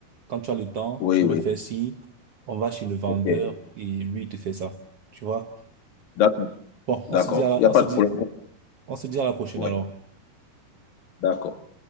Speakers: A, on the right; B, on the left.
A: quand tu as le temps,
B: Oui,
A: tu
B: oui.
A: me fais signe, on va chez le vendeur
B: Ok.
A: et lui il te fait ça. Tu vois?
B: D'accord.
A: Bon, on
B: D'accord.
A: se dit à la,
B: Il n'y a
A: on
B: pas
A: se
B: de
A: dit,
B: problème.
A: on se dit à la prochaine
B: Oui.
A: alors.
B: D'accord.